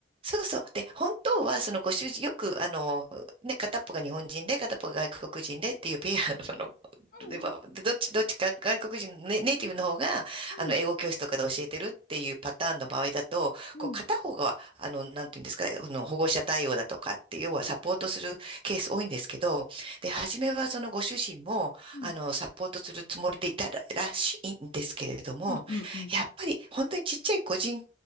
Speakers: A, on the right; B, on the left.
A: そうそう。で、本当は、そのご主人、よく、あの、ね、片っぽが日本人で、片っぽが外国人でっていうペアの、あ
B: うん、
A: のではどっち、どっちか外国人のネ、ネイティブの方が、
B: うん、
A: あの、英語教室とかで教えてるっていうパターンの場合だと、
B: うん、
A: こう、片方が、あの、なんていうんですか、あの、保護者対応だとかって、要はサポートするケース多いんですけど、
B: うん、
A: で、初めはそのご主人も、
B: う
A: あの、サポートするつもりでいたら、らしいんですけれども、
B: ん、うん、うん。
A: やっぱり、本当にちっちゃい個人